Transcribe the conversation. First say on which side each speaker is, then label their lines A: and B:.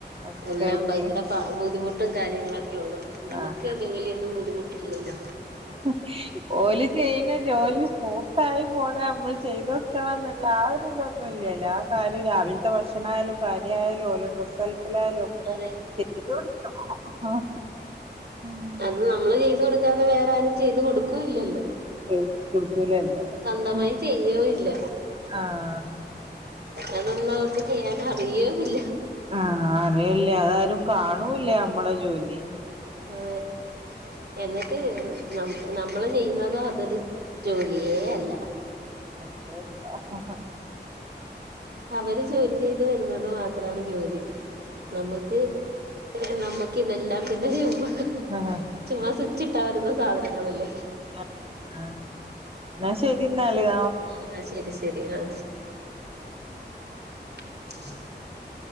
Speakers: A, on the right; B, on the right.
A: ഒക്കെ
B: എല്ലാം
A: ആയിട്ട്
B: ഭയങ്കര പ ബുദ്ധിമുട്ടും കാര്യങ്ങളൊക്കെ ഒള്ളൂ നമ്മക്ക്
A: ആഹ്
B: ജോലിയൊന്നും ബുദ്ധിമുട്ടില്ലല്ലോ
A: <inaudible> ഓല് ചെയ്യണ ജോലി സ്മൂത്തായി പോണേ നമ്മള് ചെയ്തോടുക്കണം ന്നുള്ള ആ ഒരു ഇതൊന്നുല്ലല്ലോ കാര് രാവിൽത്തെ ഭക്ഷണായാലും, സാരിയായാലും ഓലെ ഡ്രസ്സൽക്കലായാലും ഒക്കെ
B: അതെ
A: ചെയ്തു കൊടുക്കണം ഉം
B: അത് നമ്മള് ചെയ്ത് കൊടുക്കാതെ വേറെ ആരും ചെയ്ത് കൊടുക്കൂല്ലല്ലോ?
A: <inaudible> കേക്കൂല്ലല്ലോ
B: സ്വന്തമായി
A: <inaudible>
B: ചെയ്യോ ഇല്ല
A: ആ
B: അതൊന്നും അവർക്ക് ചെയ്യാൻ അറിയോല്ല
A: ആഹ് അറിയില്ലാ അതാരും കാണൂല്ലാ നമ്മളെ ജോലി
B: ആയി എന്നിട്ട് ന നമ്മള് ചെയ്യുന്നതോ അതൊരു ജോലിയേ അല്ല
A: <unintelligible> ല്ല
B: അവര് ജോലി ചെയ്ത് വരുന്നത് മാത്രാണ് ജോലി നമ്മക്ക് നമ്മക്ക് ഇതെല്ലാം പിന്നെ ചെയ്യുമ്പോ
A: അഹ് അഹ്
B: ചുമ്മാ സ്വിച്ചിട്ട വരുന്ന സാധനങ്ങളല്ലേ?
A: ആഹ് ന്നാ ശെരി ന്നാല്
B: ആ ആ ശരി ശരി ആ <inaudible>